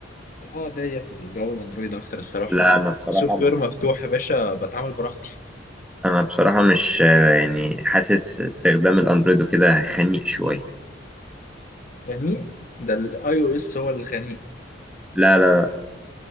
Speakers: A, on the left (about 45°); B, in the centre.
A: اه ليا في الجو الاندرويد اكتر الصراحه
B: لا انا بصراحه
A: السوفت
B: م-
A: وير مفتوح يا باشا بتعامل براحتي
B: انا بصراحه مش آه، يعني حاسس استخدام الاندرويد وكده خنيق شويه
A: يعني ده الاي او اس هو الغني
B: لا لا لا.